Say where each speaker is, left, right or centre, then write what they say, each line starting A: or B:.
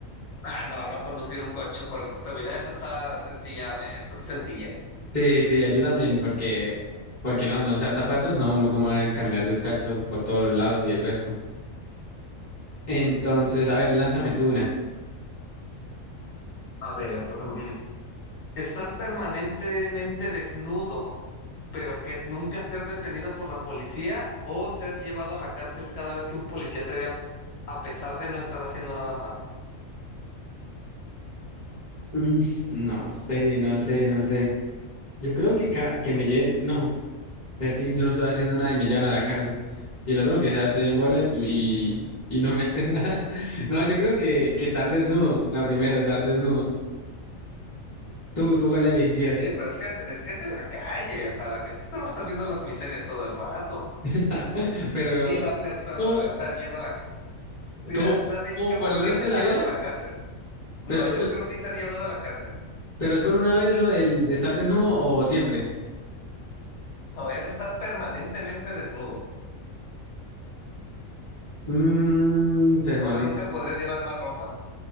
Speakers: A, on the left; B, on the left.
A: Ah, no, no conducir un coche por el resto de mi vida. Esa está sencilla, me, esta es sencilla.
B: Sí, sí, yo también, porque, porque no, no usar zapatos, no, uno como va a caminar descalzo por todos los lados y el resto. Entonces, a ver, lánzame tú una.
A: A ver, mm, estar permanentemente desnudo, pero que nunca ser detenido por la policía o ser llevado a la cárcel cada vez que un policía te vea, a pesar de no estar haciendo nada malo.
B: Mm, no sé, no sé, no sé. Yo creo que, ca- que me lleven, no, es que yo no estoy haciendo nada y me llevan a la cárcel. Y el otro, aunque sea, estoy en bola y, y, y no me hacen <laughs> nada. No, yo creo que, que estar desnudo, la primera, estar desnudo. Tú, tú, ¿cuál elegirías?
A: Sí, pero es que es, es que es en la calle, o sea, la gente te va a estar viendo las miserias todo el rato.
B: <laughs> Pero,
A: Y la per, pero
B: ¿todo,
A: a ver estar yendo a la. Mira,
B: todo,
A: la de
B: todo
A: yo
B: por
A: creo
B: el resto
A: que ser
B: de la
A: llevado
B: vida?
A: a la cárcel. No,
B: Pero es
A: yo creo que ser llevado a la cárcel.
B: ¿Pero es por una vez lo del de estar desnudo o siempre?
A: No, es estar permanentemente desnudo.
B: Mmm, permanente.
A: O sea, nunca podrías llevar más ropa.